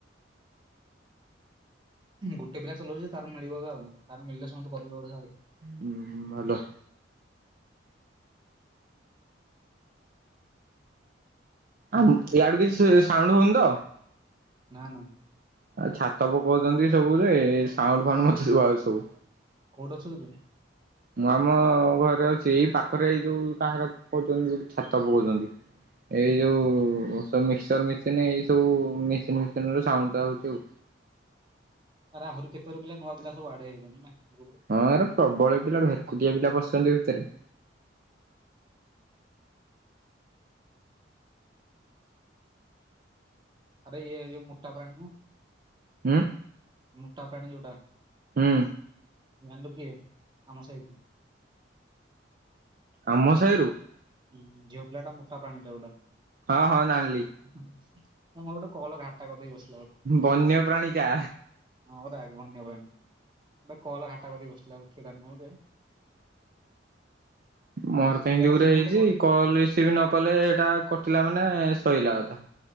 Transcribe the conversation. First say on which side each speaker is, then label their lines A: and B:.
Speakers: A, on the right; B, on the right.
A: ଗୋଟେ ପିଲା ଚଲାଉଛି ତାର ମିଳିବ ଏକା ଆଉ ତାର ମିଳିଲେ ସମସ୍ତେ କରିବେ ବୋଧେ ଆଉ
B: ହୁଁ ଭଲ। ଆଁ ୟାଡୁ କିଛି ସାଉଣ୍ଡ ହଉନି ତ?
A: ନା ନା।
B: ଆଉ ଛାତ ପକାଉଛନ୍ତି ସବୁଯେ ସାଉଣ୍ଡ ଫାଉଣ୍ଡ ମତେ ଶୁଣାଯାଉଛି ଆଉ ସବୁ।
A: କୋଉଠି ଅଛୁ କି ତୁ?
B: ମୁଁ ଆମ ଘରେ ଅଛି ଏଇ ପାଖରେ ଏଇ ଯୋଉ କାହାର କଉଛନ୍ତି ଯୋଉଠି ଛାତ ପକାଉଛନ୍ତି। ଏଇ ଯୋଉ ସବୁ ମିକ୍ସଚର ମେସିନ ଏଇ ସବୁ ମେସିନ ଫସିନର ସାଉଣ୍ଡ ଟା ହଉଛି ଆଉ
A: ଆରେ ଆହୁରି କେତେର ପିଲା ନୂଆପିଲାସବୁ ଆଡେ ହେଇଯାଇଛନ୍ତିନା ଗ୍ରୁପ୍ରରେ
B: ହଁରେ ପ୍ରବଳ ପିଲା ଭେରକୁଟିଆ ପିଲା ପଶିଛନ୍ତି ଭିତରେ
A: ଆରେ ଇଏ ଯୋଉ ମୋଟା ପ୍ରାଣୀକୁ
B: ହୁଁ
A: ମୋଟା ପାଣି ଯୋଉଟା
B: ହୁଁ
A: ମାଣ୍ଡୁ କିଏ ଆମ ସହିତ
B: ଆମ ସାହିରୁ
A: ହଁ ଝିଅ ପିଲାଟା ମୋଠା ପ୍ରାଣିଟା ଯୋଉଟା।
B: ହଁ ହଁ ଜାଣିଲି?
A: ମୋର ଗୋଟେ କଲ ଘାଟା କରିଦେଇ ବ
B: ବନ୍ୟ ପ୍ରାଣୀ ଯା
A: ହଁ ପରା ଏକ ବନ୍ୟପ୍ରାଣୀ। ଗୋଟେ କଲ ଘାଣ୍ଟା କରିି ବସିଲା ଆ କ
B: ମୋର ତ ସେମିତି
A: ୟାପରେ
B: ଗୋଟେ
A: ମୁଁ
B: ହେଇଛି
A: କ-
B: କଲ ରିସିଭ ନ କଲେ ଏଇଟା କଟିଲା ମାନେ ଶଇଲା କଥା